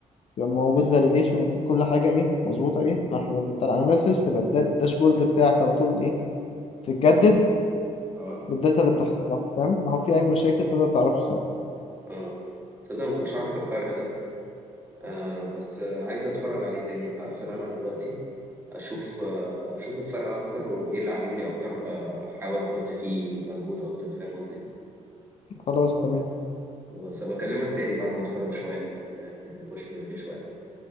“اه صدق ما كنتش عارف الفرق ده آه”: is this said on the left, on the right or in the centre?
Right